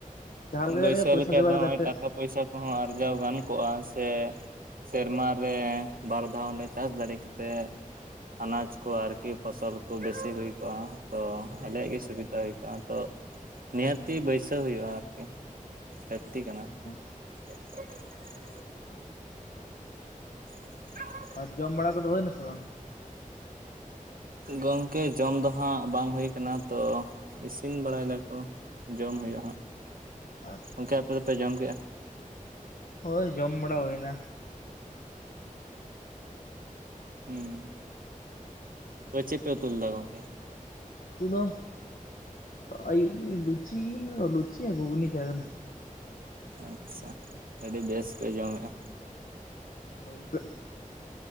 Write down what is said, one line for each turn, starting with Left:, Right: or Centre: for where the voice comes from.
Left: ᱡᱟᱦᱟᱸ ᱞᱮᱠᱟ
Right: ᱵᱟᱹᱭᱥᱟᱹᱣ
Left: ᱠᱟᱛᱮ ᱜᱮ ᱯᱚᱭᱥᱟ
Right: ᱞᱮᱠᱷᱟᱡ
Left: ᱡᱚᱜᱟᱲ
Right: ᱫᱚ ᱱᱚᱸᱜᱼᱚᱭ
Left: ᱠᱟᱛᱮᱫ
Right: ᱴᱟᱠᱟ ᱯᱚᱭᱥᱟ ᱠᱚᱦᱚᱸ ᱟᱨᱡᱟᱣ ᱜᱟᱱ ᱠᱚᱜᱼᱟ ᱥᱮ ᱥᱮᱨᱢᱟ ᱨᱮ ᱵᱟᱨ ᱫᱷᱟᱣ ᱞᱮ ᱪᱟᱥ ᱫᱟᱲᱮ ᱠᱮᱛᱮᱫ ᱟᱱᱟᱡ ᱠᱚ ᱟᱨᱠᱤ ᱯᱷᱚᱥᱚᱞ ᱠᱚ ᱵᱮᱥᱤ ᱦᱩᱭ ᱠᱚᱜᱼᱟ ᱛᱚ
Left: ᱦᱩᱸ
Right: ᱟᱞᱮᱭᱟᱜ ᱜᱮ ᱥᱩᱵᱤᱛᱟ ᱦᱩᱭ ᱠᱚᱜᱼᱟ ᱛᱚ ᱱᱤᱦᱟᱹᱛᱤ ᱵᱟᱹᱭᱥᱟᱹᱣ ᱦᱩᱭᱩᱜᱼᱟ ᱟᱨᱠᱤ ᱞᱟᱹᱠᱛᱤ
Left: ᱟᱪᱪᱷᱟ
Right: ᱠᱟᱱᱟ
Left: ᱟᱪᱪᱷᱟ
Right: <unintelligible> <unintelligible>
Left: ᱟᱨ ᱡᱚᱢ ᱵᱟᱲᱟ ᱠᱩᱫᱩ ᱦᱩᱭᱱᱟ ᱥᱮ ᱵᱟᱝ
Right: ᱜᱚᱢᱠᱮ ᱡᱚᱢ ᱫᱚ ᱦᱟᱸᱜ ᱵᱟᱝ ᱦᱩᱭ ᱠᱟᱱᱟ ᱛᱚ ᱤᱥᱤᱱ ᱵᱟᱲᱟᱭ ᱫᱟᱠᱚ ᱡᱚᱢ ᱦᱩᱭᱩᱜᱼᱟ ᱦᱟᱸᱜ
Left: ᱟᱪᱪᱷᱟ
Right: ᱜᱚᱝᱠᱮ
Left: ᱟᱪᱪᱷᱟ
Right: ᱟᱯᱮ ᱫᱚᱯᱮ ᱡᱚᱢ ᱠᱮᱫᱼᱟ
Left: ᱦᱳᱭ ᱡᱚᱢ ᱵᱟᱲᱟ ᱦᱩᱭᱱᱟ
Right: ᱦᱩᱸ ᱛᱚᱵᱮ ᱪᱮᱫ ᱯᱮ ᱩᱛᱩ ᱞᱮᱫᱟ ᱜᱚᱢᱠᱮ
Left: ᱩᱛᱩ ᱫᱚ ᱟᱹᱭᱩᱵ ᱞᱩᱪᱤ ᱞᱩᱪᱤ ᱜᱩᱜᱱᱤ ᱛᱟᱦᱮᱸ ᱠᱟᱱᱟ
Right: ᱟᱪᱪᱷᱟ ᱟᱹᱰᱤ ᱵᱮᱥ ᱯᱮ ᱡᱚᱢ ᱮᱼᱟ
Left: ᱦᱳᱭ ᱜᱚᱝᱠᱮ